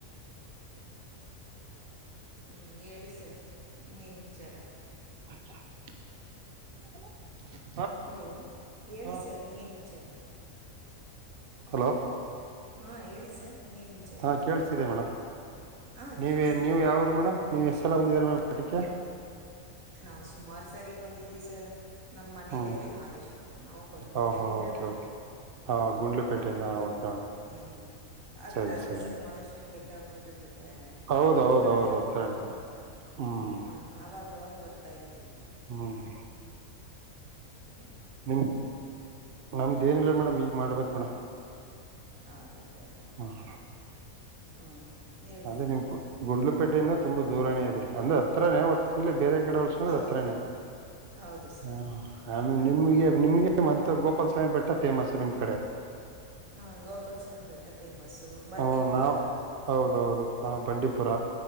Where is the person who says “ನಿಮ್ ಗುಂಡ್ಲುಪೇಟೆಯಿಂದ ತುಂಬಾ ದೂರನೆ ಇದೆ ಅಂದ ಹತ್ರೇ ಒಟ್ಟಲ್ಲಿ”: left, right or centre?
Right